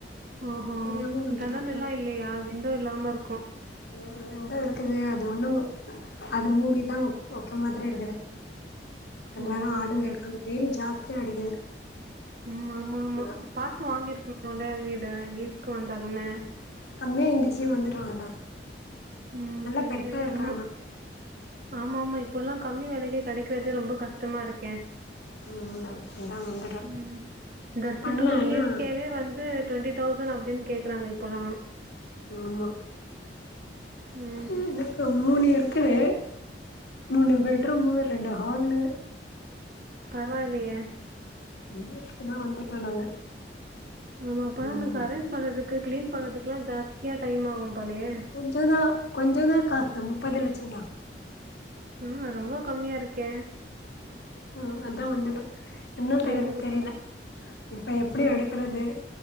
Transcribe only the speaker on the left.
தெரியாம வந்துட்டோ
உ ரெண்டும் இருக்குது அது ஒண்ணு அது மூடிதா வைக்க மாதிரி இருக்குது அந்த
வோரம் ஆளுங்க
இருக்காங்க வெயலும் ஜாஸ்தியா அடிக்குது
அதா
கம்மியா இருந்துச்சு வந்துட்டோ அதா
நல்லா
பெருசா
இருக்கு
ஆனா
ம் அதா வந்துட்டோ
பண்லா
ஆனா
ஆமா
இ எனக்கம் மூணு இருக்குது மூணு பெட்ருமு ரெண்டு ஹால்லு
<unintelligible> தா வந்துட்ட நாங்க
ம்
கொஞ்ச தா கொஞ்ச தா காசு முப்பது லட்சந்தா
ம் அதா வந்துடோ என்ன தெரினு
தெரில இப்ப எப்டி
அடுக்கிறது